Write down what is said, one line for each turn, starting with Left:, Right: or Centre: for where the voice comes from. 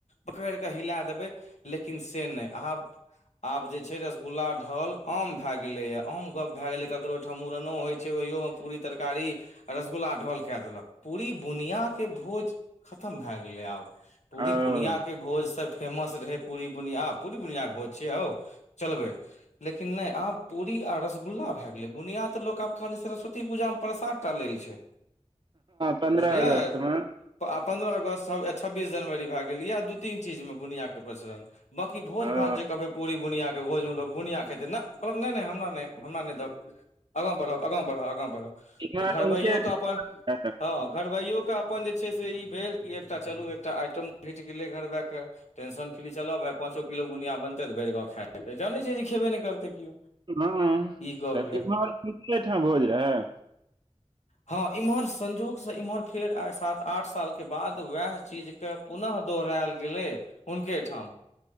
Left: एक बैर कऽ हिला देबै लेकिन से नै आब जे छै रसगुल्ला ढ़ल आम भैय गेले या आम गप भैय गेले ककरो आ ओहिठाम मुड़नो होय छै ओहि पुरी तरकारी रसगुल्ला ढोल के देलक पूरी बुनी बुनीया के भोज खतम भय गेलै आब पूरी
Right: ओ
Left: सुनीता के
Right: हँ
Left: भोज सब फेमस रहे पूरी बुनिया आ पूरी बुनिया के भोज छिय हौ चलबे लेकिन नहि आब पूरी आ रसगुल्ला भए गेलै बुनिया तऽ लोक आब खाली सरस्वती पूजा में प्रसाद लेल छै
Right: पन्द्रह
Left: बुझलियै
Right: अगस्त मे
Left: आ पन्द्रह अगस्त ए छब्बीस जनवरी भए गेल य दू तीन चीज मे बनिया के प्रसरण बाँकी भोज
Right: ओ
Left: भात जे कहबै पूरी बुनिया के भोज में‌ लोक बुनिया खेेतै कहलक हमरा नै हमरा नै दहक आगे बढ़ आगे आगे बढ़े
Right: इम्हर
Left: तऽ घरबइयौ
Right: उनके
Left: कऽ अपन
Right: ठाम
Left: हाँ घरबइओ कऽ अपन जे छै से ई भेल कि एकटा चलू एकटा आइटम घंइट गेले घरबा के टेंशन फ्री चल भाय पाचो किलो बुनिया बनते तऽ भर गांव खैब जानै छियै जे खेबे नहि करतै केओ
Right: हँ
Left: ई गप
Right: तऽ
Left: भेल
Right: इमहरे एहिठाम भोज रहए
Left: हँ इम्हर संजोग से इम्हर फेर आ सात आठ साल के बाद वएह चीज के पुनः दोहरायल गेलै हुनके ठाम